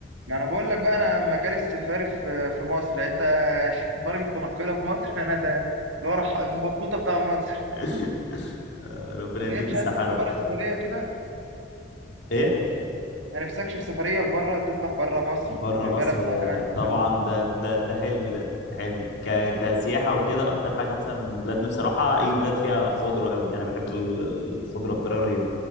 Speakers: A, on the right (about 85°); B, on the left (about 65°).
A: ما انا بقول لك بقى انا مجال السفاري في في مصر يعني انت <laughs> السفاري متنقله في مصر <laughs> انا ده اللي هو راح ابن بطوطه بتاع مصر
B: <laughs> آه، ربنا
A: طب
B: يديك
A: هي مش
B: الصحه
A: عايز تسافر
B: يا رب
A: بره سفرية كده
B: ايه
A: ما نفسكش في سفرية لبره تطلع بره مصر
B: بره
A: في
B: مصر
A: بلد
B: يا
A: معينة عايز تسافرها
B: طبعا ده ده ده حلمي ده حلمي ك كسياحه وكده اكتر حاجه مثلا بلاد نفسي اروحها اي بلاد فيها خضره قوي انا بحب ال- الخضره بطريقه رهيبه